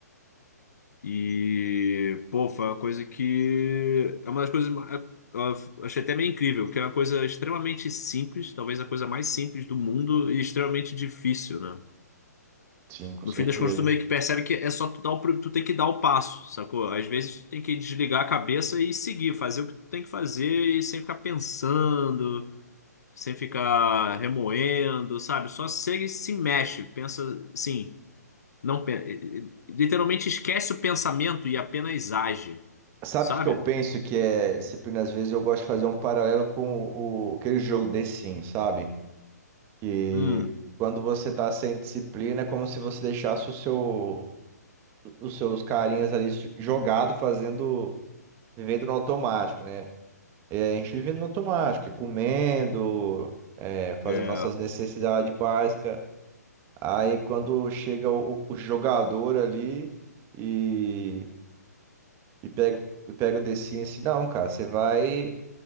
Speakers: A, on the left; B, on the right.
A: e, pô, foi uma coisa que é uma das coisas ma- é, eu achei até meio incrível, que é uma coisa extremamente simples, talvez a coisa mais simples do mundo e extremamente difícil, né?
B: Sim, com
A: No
B: certeza.
A: fim das contas, tu meio que percebe que é só tu dar o, pr- tu tem que dar o passo, sacou? Às vezes tu tem que desligar a cabeça e seguir, fazer o que tu tem que fazer e sem ficar pensando, sem ficar remoendo, sabe? Só segue e se mexe, pensa assim, não, pe- eh, eh, literalmente esquece o pensamento e apenas age,
B: Sabe
A: sabe?
B: o que que eu penso que é disciplina? Às vezes eu gosto de fazer um paralelo com o, o- aquele jogo The Sims, sabe? Que
A: Hum,
B: quando você tá sem disciplina é como se você deixasse o seu, os seus carinhas ali jogado, fazendo, vivendo no automático, né? É, a gente vivendo no automático, é comendo, é, fazendo
A: é.
B: nossas necessidades básicas. Aí quando chega o, o jogador ali e, e pega, pega o The Sims, assim, não, cara, você vai.